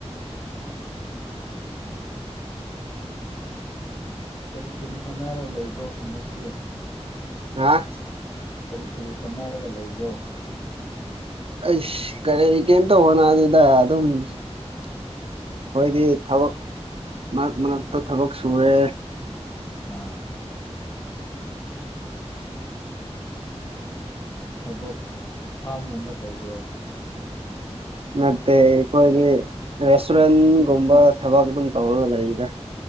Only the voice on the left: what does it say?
ꯑ ꯀꯔꯤ ꯀꯔꯤ ꯍꯣꯠꯅꯔ ꯂꯩꯕ꯭ꯔꯣ ꯍꯟꯗꯛꯇꯦ
ꯀꯔꯤ ꯀꯔꯤ ꯍꯣꯠꯅꯔꯒ ꯂꯩꯕ꯭ꯔꯣ
ꯑꯥ ꯊꯕꯛ ꯐꯥꯝꯒꯨꯝꯕ ꯇꯧꯕ꯭ꯔꯣ